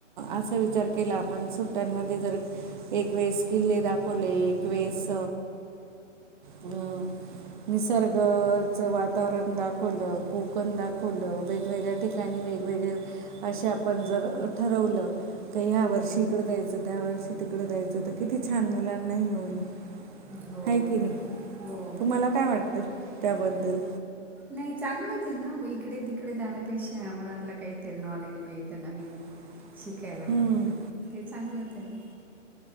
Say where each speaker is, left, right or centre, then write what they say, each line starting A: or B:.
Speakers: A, on the right; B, in the centre.
A: असं विचार आपण सुट्ट्यांमध्ये जर एकवीस किल्ले दाखवले एकवीस हम्म निसर्गच वातावरण दाखवलं कोकण दाखवलं वेगवेगळ्या ठिक ठिकाणी वेगवेगळे असे आपण जर ठरवलं काही ह्या
B: हम्म.
A: वर्षी इकड जायचं त्या वर्षी तिकडं तर किती छान मुलांना हे होईल
B: हो.
A: आहे की नाही
B: हो बरोबर
A: तुम्हाला
B: आहे.
A: काय वाटतं त्याबद्दल.
B: नाही चांगलंच आहे ना इकडे तिकडे जाण्यापेक्षा मुलांना काहीतरी नॉलेज मिळतं नवीन.
A: <unintelligible>
B: शिकायला
A: हम्म,
B: मिळतं ते चांगलंच आहे ना